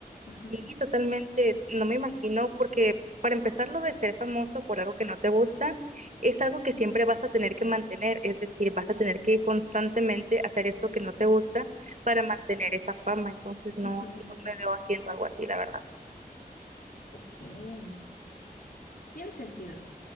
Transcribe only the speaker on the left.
Ujú,
ujú.
Ok. Tiene sentido.